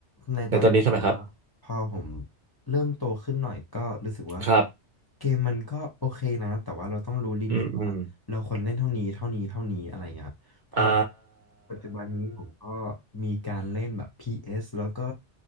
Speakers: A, on the left; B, on the right.
A: ในตอนนี้แบบว่าพอผม
B: ในตอนนี้ใช่ไหมครับ
A: เริ่มโตขึ้นหน่อยก็รู้สึกว่า
B: ครับ
A: เกมมันก็โอเคนะแต่ว่าเราต้องรู้ลิมิตว่าเราควรเล่นเท่านี้เท่านี้เท่านี้อะไรอย่างเงี้ยครับเพราะ
B: อืมอืมอ่า
A: ปัจจุบันนี้ผมก็มีการเล่นแบบ p สแล้วก็